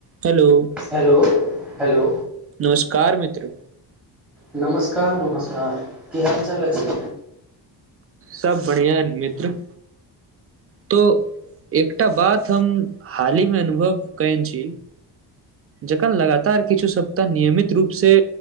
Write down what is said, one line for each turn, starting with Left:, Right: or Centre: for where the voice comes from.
Right: Hello.
Centre: Hello hello.
Right: नमस्कार मित्र।
Centre: नमस्कार नमस्कार की हाल-चाल अछि।
Right: सब बढ़िया मित्र। तो एकटा बात हम हाली मे अनुभव कएन छी। जखन लगातार किछु सप्ताह नियमित रूप से